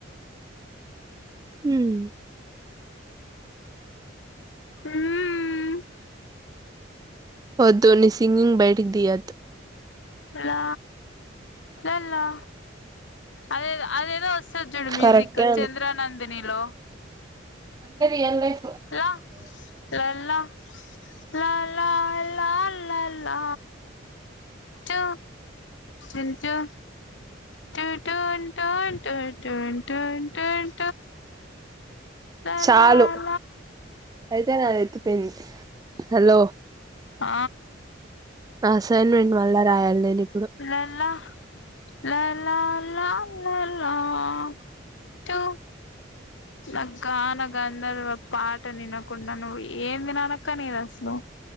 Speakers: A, on the right; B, on the left.
A: హ్మ్
B: మ్మ్
A: వద్దు నీ సింగింగ్ బయటికీ తీయ్యద్దు
B: హలో హాల్లో అదే అదేదో వస్తది చుడు మ్యూజిక్
A: కరెక్టే
B: చంద్రా నందినిలో
A: అంటే రియల్ లైఫ్
B: ల లా లా లా లా లా లా లా లా ల టు ఎంచు టు టూన్ టూన్ టు టు టూన్ టూన్ టూన్ ల
A: చాలు
B: లలా లాల్
A: అయితే నాది ఎత్తిపోయింది హలో
B: ఆ
A: అసైన్మెంట్ మళ్ళ రాయాలి నేను ఇప్
B: వాణెమ్మ ల ల ల ల ల ల ల టు నా గాన గంధర్వ పాఠ వినకుండా నువ్వు ఏం వినాలనిక్క అస్సలు